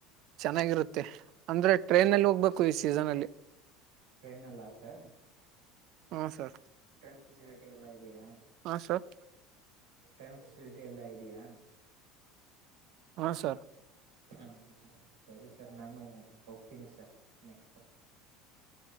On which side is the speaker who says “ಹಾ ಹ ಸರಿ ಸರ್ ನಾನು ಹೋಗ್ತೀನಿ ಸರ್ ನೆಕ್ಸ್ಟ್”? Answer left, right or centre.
Right